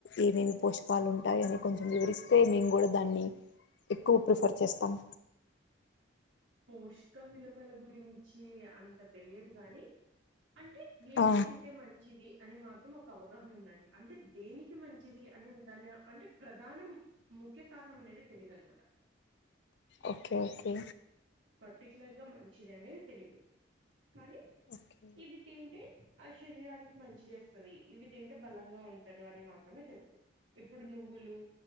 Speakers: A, on the left; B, on the right.
A: ఏమేమి పోషకాలు ఉంటాయ అని కొంచెం వివరిస్తే మేము కూడా దాన్ని ఎక్కువ ప్రిఫర్ చేస్తాం
B: పోషక విలువల గురించి అంత తెలియదు గాని అంటే ఏవి
A: ఆ
B: తింటే మంచిది అని మాత్రం ఒక అవగాహన ఉందండి అంటే దేనికి మంచిది అనే దాన్ని అంటే ప్రధానం ముఖ్య కారణం అనేది తెలియదన్న మాట
A: ఓకే ఓకే
B: పర్టికలర్ గా మంచిది అనేది తెలీదు కానీ
A: ఓకే
B: ఇవి తింటే అస్ శరీరానికి మంచి చేస్తుంది ఇవి తింటే బలంగా ఉంటారు అని మాత్రమే తెలుసు ఇప్పుడు నువ్వులు